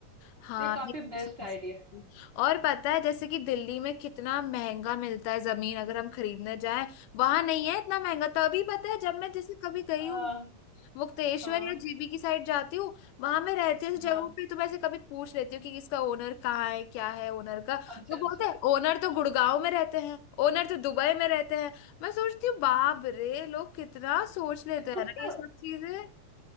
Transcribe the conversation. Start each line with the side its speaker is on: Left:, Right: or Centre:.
Right: तो
Left: हाँ
Right: ये काफी
Left: ये भी
Right: बेस्ट
Left: सोच
Right: आइडिया है
Left: रही हूँ। और पता है जैसे कि दिल्ली में कितना महंगा मिलता है जमीन अगर हम खरीदने जाएं वहां नहीं है इतना महंगा तभी पता है जब मैं जैसे कभी गई
Right: आ,
Left: हूँ मुक्तेश्वर
Right: हाँ
Left: या जेबी की साइड जाती हूँ वहां मैं रहती हूँ ऐसी
Right: हाँ
Left: जगहों पे तो मैं ऐसे कभी पूछ लेती हूँ कि इसका ओनर कहाँ है क्या है ओनर का
Right: अच्छा
Left: वो बोलते
Right: अच्छा
Left: हैं ओनर तो गुड़गांव में रहते हैं ओनर तो दुबई में रहते हैं मैं सोचती हूँ बाप रे लोग कितना सोच लेते
Right: हाँ
Left: हैं ना ये सब
Right: <laughs>
Left: चीजें